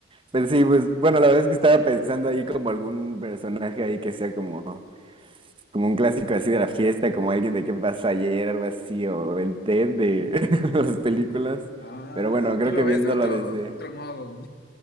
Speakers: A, on the right; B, on the left.
A: Pero sí, pues bueno, la verdad es que estaba pensando ahí como algún personaje ahí que sea como, como un clásico así de la fiesta, como alguien de qué pasó ayer, algo así, o el Ted de <laughs> las películas.
B: Ah,
A: Pero bueno, creo
B: tú lo
A: que viéndolo
B: ves de otro,
A: desde...
B: otro modo.